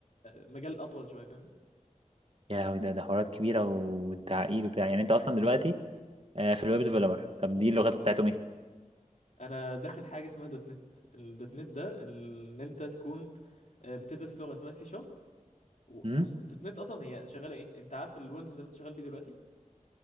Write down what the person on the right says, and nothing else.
يا لهوي ده ده حوارات كبيرة وتعقيد وبتاع يعني أنت أصلا دلوقتي آه، في الويب ديفلوبر طب دي اللغات بتاعتهم ايه
امم